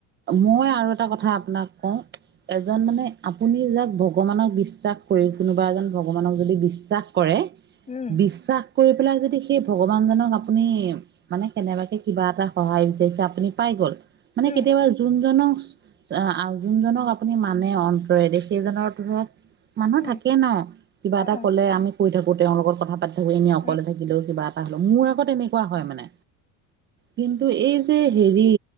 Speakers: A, on the right (about 30°); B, on the left (about 20°).
A: মই আৰু এটা কথা আপোনাক কওঁ, এজন মানে আপুনি যাক ভগৱানক বিশ্বাস কৰি কোনোবা এজন ভগৱানক যদি বিশ্বাস কৰে
B: উম
A: বিশ্বাস কৰি পেলাই যদি সেই ভগৱান জনক আপুনি মানে কেনেবাকে কিবা এটা সহায় বিচাৰিছে আপুনি পাই গ'ল মানে
B: উম
A: কেতিয়াবা যোনজনক আ আ যোনজনক আপুনি মানে অন্তৰেৰে সেইজনৰ ধৰক মানুহ
B: উম
A: থাকে ন কিবা
B: অ
A: এটা কলে আমি কৰি থাকো। তেওঁৰ লগত কথা পাতি থাকোঁ এনেই অকলে
B: উম
A: থাকিলেও কিবা মোৰ আকৌ তেনেকুৱা হয় মানে, কিন্তু এই যে হেৰি,